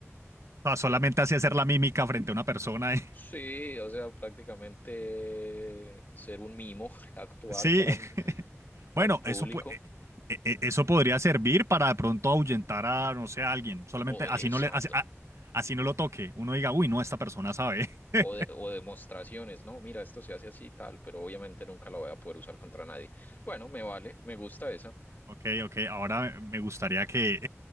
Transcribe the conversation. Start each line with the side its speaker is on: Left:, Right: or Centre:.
Right: O sea, solamente así hacer la mímica frente a una persona <laughs>
Left: sí, o sea, prácticamente ser un mimo, <laughs> actuar
Right: Sí,
Left: para,
Right: <laughs>
Left: para
Right: bueno,
Left: el público.
Right: eso, pu- eh, eh, eh, eso podría servir para de pronto ahuyentar a, no sé, a alguien. Solamente
Left: Oh,
Right: así
Left: exacto.
Right: no le, así, a- así no lo toque. Uno diga, uy, no, esta persona sabe. <laughs>
Left: o, de- o demostraciones, ¿no? Mira, esto se hace así y tal, pero obviamente nunca la voy a poder usar contra nadie. Bueno, me vale, me gusta esa.
Right: Ok, ok, ahora me gustaría que